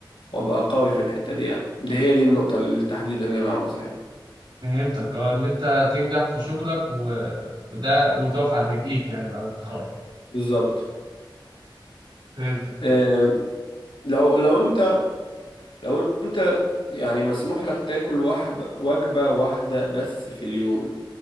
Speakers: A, on the left; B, on the right.
A: وابقى قوي في الحتة دي يعني دي هي دي النقطة التحديدا اللي انا عاوزها يعني
B: فهمتك اه إن أنت تنجح في شغلك و... وده وتقف على رجليك يعني بعد التخرج
A: بالظبط
B: فهمتك اه
A: أم، لو لو انت لو انت يعني مسموح لك تاكل وحب وجبة واحدة بس في اليوم